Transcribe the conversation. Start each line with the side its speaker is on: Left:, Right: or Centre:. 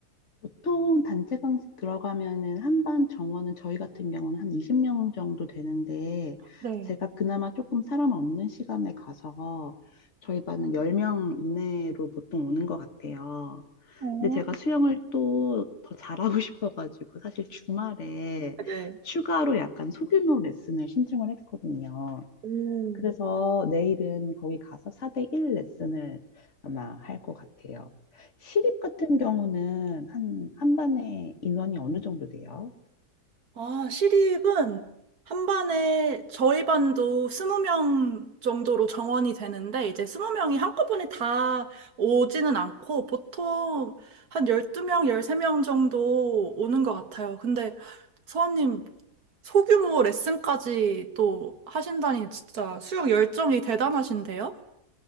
Left: 보통 단체 강습 들어가면은 한 반 정원은 저희 같은 경우는 한 20명 정도 되는데
Right: 네.
Left: 제가 그나마 조금 사람 없는 시간에 가서 저희 반은 10명 이내로 보통 오는 것 같아요.
Right: 오.
Left: 근데 제가 수영을 또 더 잘하고 <laughs> 싶어가지고 사실 주말에
Right: 네.
Left: 추가로 약간 소규모 레슨을 신청을 했거든요.
Right: 오.
Left: 그래서 내일은 거기 가서 4대1 레슨을 아마 할 것 같아요. 시립 같은 경우는 한, 한 반에 인원이 어느 정도 돼요?
Right: 아, 시립은 한 반에 저희 반도 스무 명 정도로 정원이 되는데 이제 스무 명이 한꺼번에 다 오지는 않고 보통 한 열두 명 열세 명 정도 오는 것 같아요. 근데 서원님 소규모 레슨까지 또 하신다니 진짜 수영 열정이 대단하신데요?